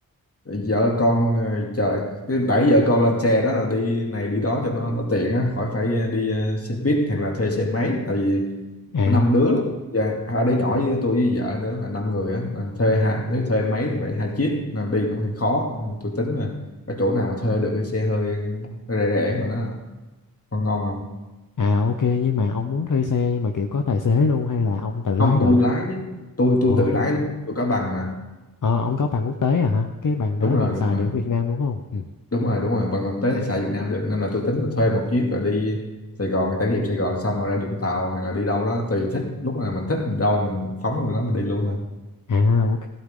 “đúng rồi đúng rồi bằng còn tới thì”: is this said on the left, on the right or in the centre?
Left